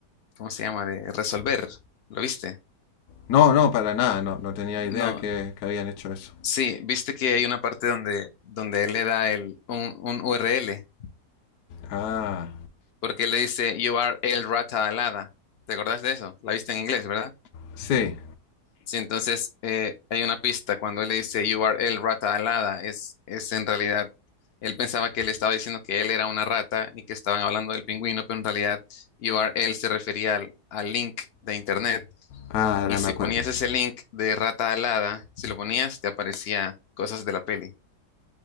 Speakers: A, on the left; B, on the left.
A: ¿cómo se llama? de resolver. ¿Lo viste?
B: No, no, para nada, no, no tenía idea
A: No,
B: que, que habían hecho eso.
A: sí, viste que hay una parte donde, donde él le da el, un, un URL,
B: Ah,
A: porque le dice You are el rata alada. ¿Te acordás de eso? La viste en inglés, ¿verdad?
B: Sí.
A: Sí, entonces eh, hay una pista cuando él le dice You are el rata alada, es, es en realidad, él pensaba que le estaba diciendo que él era una rata y que estaban hablando del pingüino, pero en realidad You are él se refería al, al link de internet.
B: Ah, ahora
A: Y si
B: me acuerdo,
A: ponías
B: sí.
A: ese link de rata alada, si lo ponías, te aparecía cosas de la peli.